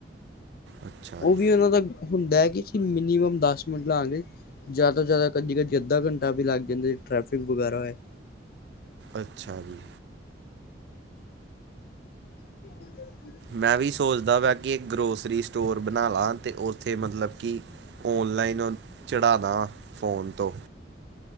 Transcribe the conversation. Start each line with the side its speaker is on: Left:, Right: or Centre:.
Right: ਅੱਛਾ
Left: ਉਹ
Right: ਜੀ
Left: ਵੀ ਉਹਨਾਂ ਦਾ ਹੁੰਦਾ ਹੈ ਕਿ ਅਸੀਂ ਮਿਨੀਮਮ ਦਸ ਮਿੰਟ ਲਾਵਾਂਗੇ ਜ਼ਿਆਦਾ ਤੋਂ ਜ਼ਿਆਦਾ ਕਦੀ, ਕਦੀ ਅੱਧਾ ਘੰਟਾ ਵੀ ਲੱਗ ਜਾਂਦਾ ਟ੍ਰੈਫਿਕ ਵਗੈਰਾ ਹੋਏ।
Right: ਅੱਛਾ ਜੀ।
Left: <inaudible>
Right: ਮੈਂ ਵੀ ਸੋਚਦਾ ਵਾ ਕਿ ਇੱਕ ਗਰੋਸਰੀ ਸਟੋਰ ਬਣਾ ਲਾ। ਉੱਥੇ ਮਤਲਬ ਕਿ ਔਨਲਾਈਨ <inaudible> ਚੜ੍ਹਾ ਦਵਾ ਫ਼ੋਨ ਤੋਂ